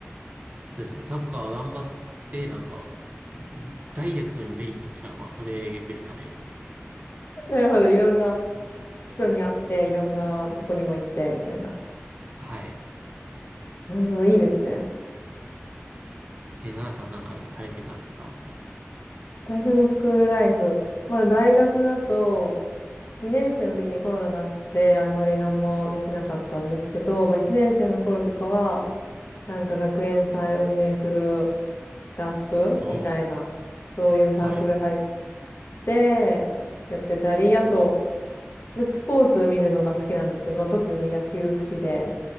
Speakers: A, on the right (about 30°); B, on the left (about 55°).
A: そうですね、サッカー頑張って、なんか、んダイレクトにメリット来たのはそれですかね。
B: う。なるほど。いろんな人に会って、いろんなとこにも行って、みたいな。
A: はい。
B: なるほど。いいですね。
A: え、奈々さんなんかされてたんですか
B: 私のスクールライフ。まあ、大学だと、2年生の時にコロナがあって、あんまり何もできなかったんですけど、まあ、1年生の頃とかは、なんか学園祭運営するスタッフみたいな、
A: おおー、
B: そういうサークル入っ
A: はい。
B: てやってたり、あと、私スポーツ見るのが好きなんですけど、まあ、特に野球好きで、